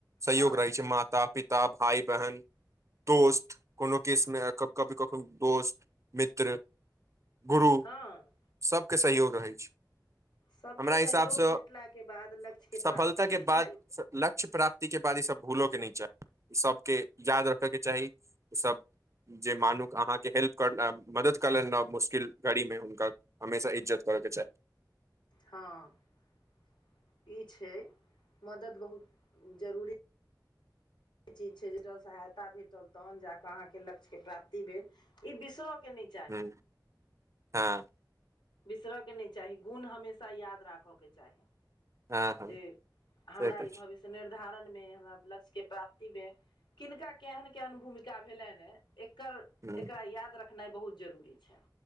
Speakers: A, on the right (about 40°); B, on the left (about 85°).
A: सहयोग
B: हँ
A: रहै छै। माता पिता भाई बहन दोस्त कोनो किस में कभी कखनो दोस्त मित्र गुरु
B: हँ
A: सभ के सहयोग रहै छै।
B: सभके
A: हमरा
B: सहयोग
A: हिसाबसँ
B: भेटलाके बाद लक्ष्यके
A: सफलताके
B: प्राप्ति होइ
A: पास
B: छै
A: लक्य प्राप्ति के बाद ई सबब भूलो के नय चाहि सभके याद रखयके चाही ओसभ जे मानुक अहाँके हेल्प कर मदद क लेल मुश्किल गाड़ीमे हुनकर हमेशा इज्जत करके चाहि
B: हईछै मदद बहुत जरुरी चीज छै ज सहायता भेटल तहन अहाँके लक्ष्य के प्राप्ति भेल ई बिसर के नहि छै
A: हँ हँ
B: बिसरयके नहि चाही गुण हमेशा याद राखयके चाही।
A: हँ हँ
B: जे हमरा
A: से तऽ
B: ई भविष्य
A: छै
B: निर्धारण मे हमरा लक्ष्य के प्राप्तिमे किनका केहन केहन भूमिका भेलनि ह एकर
A: ह
B: एकरा याद रखनाइ बहुत जरूरी छै।